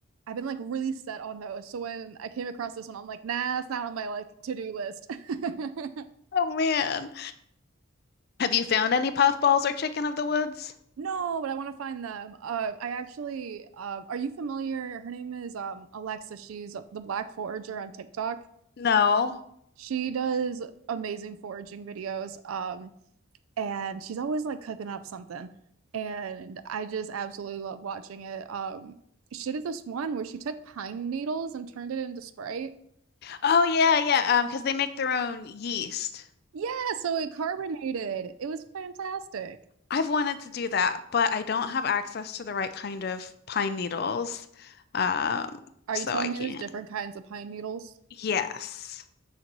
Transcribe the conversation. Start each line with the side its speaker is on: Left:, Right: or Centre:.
Right: I've been like really set on those. So when I came across this one, I'm like, nah, that's not on my like to-do list. <laughs>
Left: Oh man. Have you found any puffballs or chicken of the woods?
Right: No, but I want to find them. Uh, I actually, uh, are you familiar? Her name is um, Alexa. She's the Black Forager on TikTok.
Left: No.
Right: She does amazing foraging videos. Um, and she's always like cooking up something. And I just absolutely love watching it. Um, she did this one where she took pine needles and turned it into Sprite.
Left: Oh yeah, yeah, um, because they make their own yeast.
Right: Yeah, so it carbonated. It was fantastic.
Left: I've wanted to do that, but I don't have access to the right kind of pine needles. Um,
Right: Are
Left: so
Right: you telling
Left: I
Right: me
Left: can't.
Right: there's different kinds of pine needles?
Left: Yes.